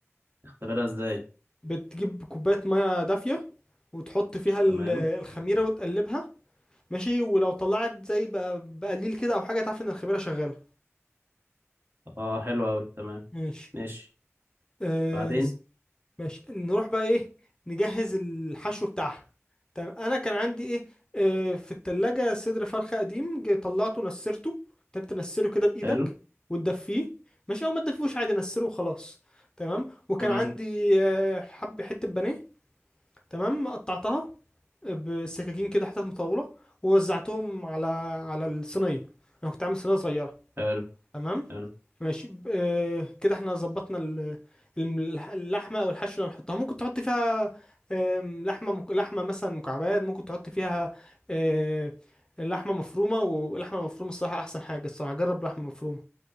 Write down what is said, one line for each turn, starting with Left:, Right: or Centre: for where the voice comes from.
Right: اختبرها ازاي
Left: بتجيب كوبايه ميه دافيه وتحط فيها ال-
Right: تمام
Left: الخميره وتقلبها ماشي ولو طلعت زي بقى بقليل كده او حاجه تعرف ان الخميره شغاله
Right: اه حلو اوي تمام
Left: ماشي
Right: ماشي
Left: أه
Right: بعدين
Left: ماشي نروح بقى ايه نجهز الحشو بتاعها طب انا كان عندي ايه آه في التلاجة صدر فرخة قديم جه طلعته نسرته انت تنسره كده بايدك
Right: حلو
Left: وتدفيه ماشي او ما تدفوش عادي نسره وخلاص تمام وكان
Right: تمام
Left: عندي آه حب حتة بانيه تمام قطعتها بالسكاكين كده حتت مطولة ووزعتهم على على الصينية انا كنت عامل صينية صغيرة
Right: حلو
Left: تمام
Right: حلو
Left: ماشي ب- آه، كده احنا ظبطنا ال- الم- اللحمه او الحشو اللي هنحطها ممكن تحط فيها آم، لحمه مك- لحمه مثلا مكعبات ممكن تحط فيها آه، لحمه مفرومه ولحمه مفرومه الصراحه احسن حاجه الصراحه جرب لحمه مفرومه